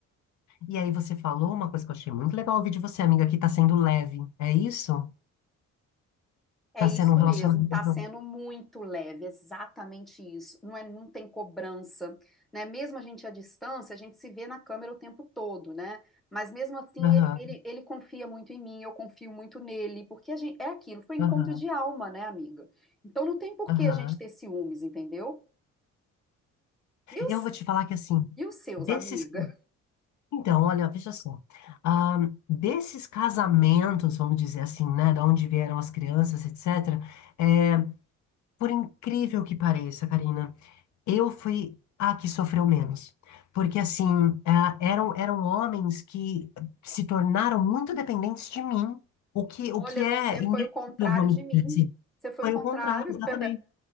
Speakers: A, on the left; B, in the centre.
A: E aí você falou uma coisa que eu achei muito legal ouvir de você, amiga, que tá sendo leve. É isso?
B: É
A: Tá
B: isso
A: sendo um relacionamento.
B: mesmo, tá sendo muito leve, exatamente isso. Não é, não tem cobrança, né? Mesmo a gente à distância, a gente se vê na câmera o tempo todo, né? Mas mesmo assim,
A: Aham,
B: ele, ele, ele confia muito em mim, eu confio muito nele, porque a gente, é aquilo, foi encontro
A: aham,
B: de alma, né, amiga? Então não tem por
A: aham.
B: que a gente ter ciúmes, entendeu? E os,
A: Eu vou te falar que assim,
B: e os seus,
A: desses.
B: amiga?
A: Então, olha, veja só. Ah, desses casamentos, vamos dizer assim, né? Da onde vieram as crianças, etc. é, por incrível que pareça, Karina, eu fui a que sofreu menos. Porque, assim, ah, eram, eram homens que se tornaram muito dependentes de mim, o que, o
B: Olha,
A: que é
B: você
A: inédito,
B: foi o contrário
A: vamos
B: de mim.
A: dizer assim.
B: Você foi
A: Foi
B: o contrário.
A: o contrário, exatamente.
B: <laughs>